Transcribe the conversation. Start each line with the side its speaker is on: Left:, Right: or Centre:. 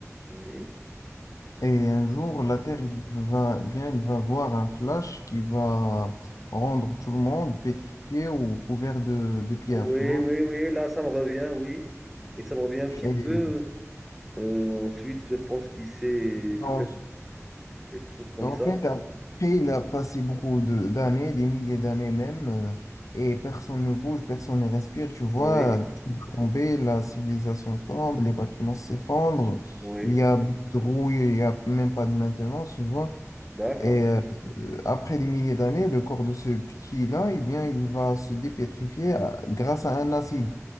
Centre: oui.
Left: Et un jour, la Terre, il va, bien, il va voir un flash qui va rendre tout le monde pétrifié ou couvert de, de pierre,
Centre: Oui,
Left: tu vois.
Centre: oui, oui, là, ça me revient, oui. Et ça me revient un petit
Left: Et,
Centre: peu. Euh, ensuite, je pense qu'il c'est
Left: en
Centre: des pers- quelque chose comme
Left: En
Centre: ça.
Left: fait, après, il a passé beaucoup de- d'années, des milliers d'années même, euh, et personne ne bouge, personne ne respire, tu vois,
Centre: Oui,
Left: tout va tomber, la civilisation tombe, les bâtiments s'effondrent,
Centre: oui.
Left: il y a beaucoup de rouille, il n'y a même pas de maintenance, tu vois.
Centre: D'accord,
Left: Et euh, euh, après des milliers d'années, le corps de ce petit-là, eh bien, il va se dépétrifier à- grâce à un acide,